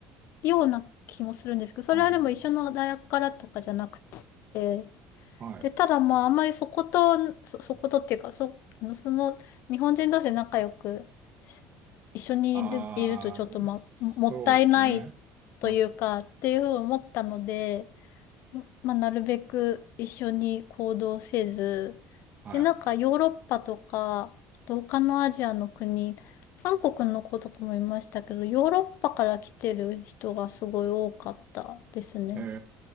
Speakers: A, on the left; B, on the right.
A: ような気もするんですけど、それはでも一緒の大学からとかじゃなく
B: あー、
A: て、
B: はい。
A: で、ただまあ、あんまりそこと、そ、そことっていうか、そ、あの、その、日本人同士で仲良くし、一緒にいる、
B: ああ、
A: いるとちょっとまあ、
B: そうですね。
A: ももったいないというか、
B: ま、
A: っていうふうに思ったので、まあ、なるべく一緒に行動せず、
B: は
A: で、なんかヨーロッパとか、あと他のアジアの国、韓国の子とかもいましたけど、ヨーロッパから来てる人がすごい多かったですね。
B: い。え